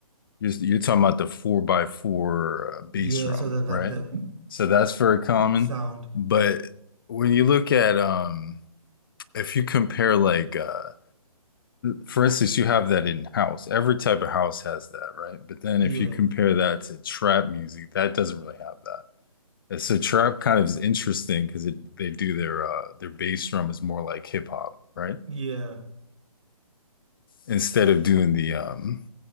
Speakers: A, on the left; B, on the right.
A: you're, you're talking about the four by four uh, bass
B: Yeah,
A: drum,
B: so the like
A: right?
B: the
A: So that's very common.
B: sound.
A: But when you look at um, if you compare like uh, for instance, you have that in house. Every type of house has that, right? But then
B: Yeah.
A: if you compare that to trap music, that doesn't really have that. And so trap kind of is interesting because it they do their uh their bass drum is more like hip hop, right?
B: Yeah.
A: Instead
B: Yeah.
A: of doing the um